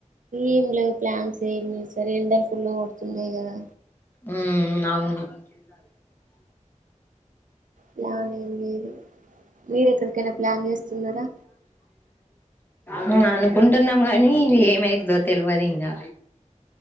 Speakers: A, on the right; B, on the left.
A: ఎం లేవు ప్లాన్స్ ఏం సరేండర్ కుళ్ళు కొడుతున్నాయి కదా
B: ఉ ఉ ల్లాల
A: ప్లాన్ ఏం లేదు మీరు ఎక్కడికైనా ప్లాన్ చేస్తున్నారా
B: మ అ అనుకుంటున్నాం కానీ ఏమైద్దో తెలివదు ఇంకా